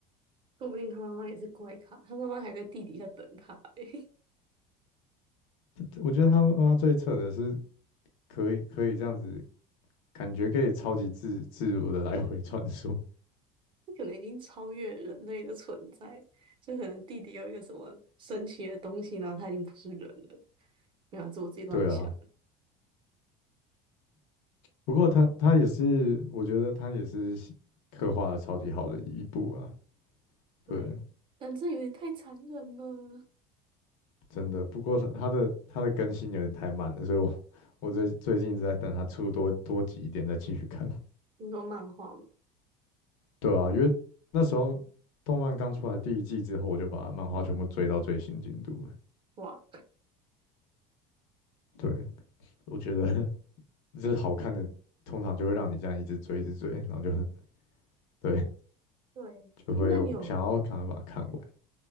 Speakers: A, on the right; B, on the left.
A: 说不定他妈妈也是怪咖，他妈妈还在地底下等他、欸，
B: 我觉得他妈妈最扯的是可以可以这样子感觉可以超级自自如的来回穿梭。
A: <laughs> 可能已经超越人类的存在，就可能地底有一个什么神奇的东西，然后他已经不是人了。没有啊，这我自己乱想。
B: 对啊，不过他他也是，我觉得他也是写刻画的超级好的一部啊。
A: 对，
B: 对，
A: 但这有点太残忍了。
B: 真的。不过他他的他的更新有点太慢了，所以我我最最近一直在等他出多多集一点再继续看。
A: 你说漫画吗？
B: 对啊，因为那时候动漫刚出来第一季之后，我就把漫画全部追到最新进度了。
A: 哇，
B: 对，我觉得 <laughs> 就是好看的，通常就会让你这样一直追一直追，然后就很对，
A: 对，
B: 就会想要赶快把它看完。
A: 诶，那你有，